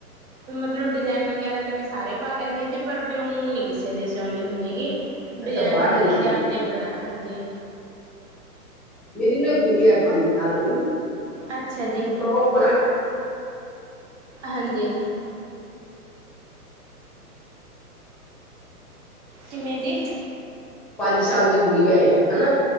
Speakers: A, on the right (about 50°); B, in the centre.
A: ਮਤਲਬ ਡਿਜ਼ਾਇਨ ਵਗੈਰਾ ਤਾਂ ਮੈਂ ਸਾਰੇ ਪਾ ਲੈਂਦੀ ਹਾਂ ਜੀ ਪਰ ਵੀਉਂ ਨੀ ਕਿਸੇ ਦੇ ਸਿਉਂਦੀ ਹੁੰਦੀ ਗੀ। ਡਿਜ਼ਾਇਨ
B: ਅੱਛਾ ਬਾਹਰ
A: ਡਿਜੂਨ
B: ਦੇ ਨਹੀਂ
A: ਵਾਲੇ
B: ਸੀ,
A: ਆਪਦੇ ਬਣਾ ਹਾਂਜੀ।
B: ਮੇਰੀ ਨਾ ਗੁੜੀਆਂ ਹੈ ਪੰਜ ਸਾਲ ਦੀ।
A: ਅੱਛਾ ਜੀ।
B: ਤਾਂ ਉਹ ਭਲਾ।
A: ਹਾਂਜੀ। ਕਿਵੇਂ ਜੀ।
B: ਪੰਜ ਸਾਲ ਦੀ ਗੁੜੀਆਂ ਏ ਹਨਾ।